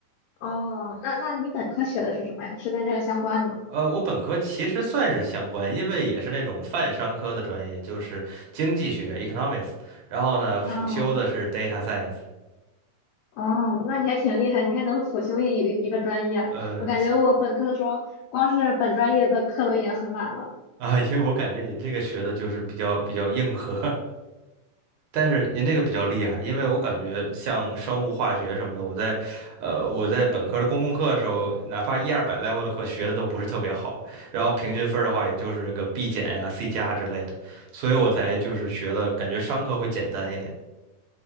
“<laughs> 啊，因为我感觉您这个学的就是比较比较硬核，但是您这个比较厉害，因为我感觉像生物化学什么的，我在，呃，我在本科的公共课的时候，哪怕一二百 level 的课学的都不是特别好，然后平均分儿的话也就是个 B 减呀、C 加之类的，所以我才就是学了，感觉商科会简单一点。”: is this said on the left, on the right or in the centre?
Right